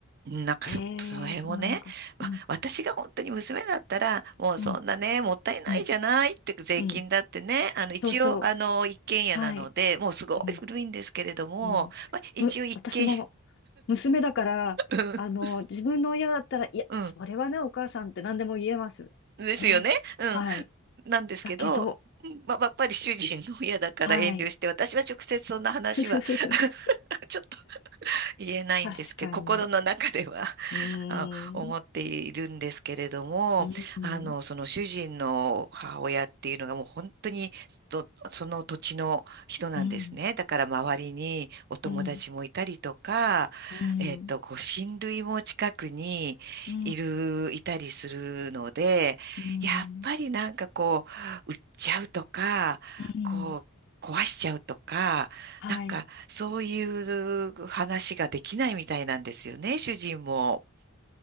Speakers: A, on the right; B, on the left.
A: うんなんかそ、
B: ええそうなのか。
A: その辺もね、わ私が本当に娘だったら、
B: うん、
A: もうそんなね、
B: うん、
A: もったいないじゃないって、
B: うん、
A: 税金だってね、
B: うん。
A: あの、一応、
B: そうそう。
A: あの、一軒家なので、
B: はい。
A: もうすごい古いんですけれども、
B: うん、うん。
A: まあ、一応一軒家、
B: む、私も娘だから、
A: <laughs>
B: あの、自分の親だったら、いや、
A: うん、
B: それはね、お母さんって何でも言えます。
A: うんですよね。
B: ね。
A: うん、
B: はい。
A: なんですけど、
B: だけど、
A: うんまあ、やっぱり主人の親だから遠慮して、
B: はい。
A: 私は直接そんな話は
B: <laughs>
A: <laughs> ちょっと言えないんですけど、
B: 確かに。
A: 心の中では
B: うー
A: あ思っているんですけれども、
B: ん。うん、うん、
A: あの、その主人の母親っていうのがもう本当にとその土地の人なんですね。
B: うん、
A: だから周りにお友達もいたりとか、
B: うん、うん、
A: えっと、ご親類も近くにいる、
B: う
A: いたりするので、
B: ん、
A: やっぱりなんかこう、売っちゃうとか、
B: うん
A: こう、壊しちゃうとか、
B: はい。
A: なんかそういう話ができないみたいなんですよね、主人も。